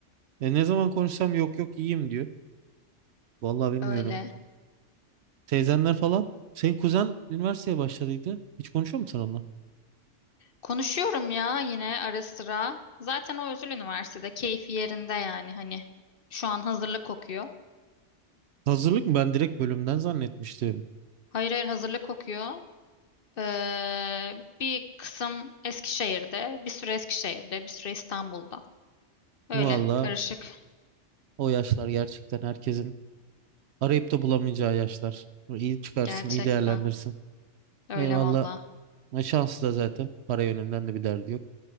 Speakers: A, on the right; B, on the left.
A: E ne zaman konuşsam yok yok iyiyim diyor. Vallahi bilmiyorum.
B: Öyle.
A: Teyzenler falan. Senin kuzen üniversiteye başladıydı. Hiç konuşuyor musun onunla?
B: Konuşuyorum ya yine ara sıra. Zaten o özel üniversitede. Keyfi yerinde yani hani. Şu an hazırlık kokuyor.
A: Hazırlık mı? Ben direkt bölümden zannetmiştim.
B: Hayır hayır hazırlık kokuyor. Ee, bir kısım Eskişehir'de, bir süre Eskişehir'de, bir süre İstanbul'da. Öyle
A: Valla
B: karışık.
A: o yaşlar gerçekten herkesin arayıp da bulamayacağı yaşlar. İyi çıkarsın,
B: Gerçekten
A: iyi değerlendirsin.
B: öyle
A: Eyvallah.
B: valla.
A: E, Şansı da zaten. Para yönünden de bir derdi yok.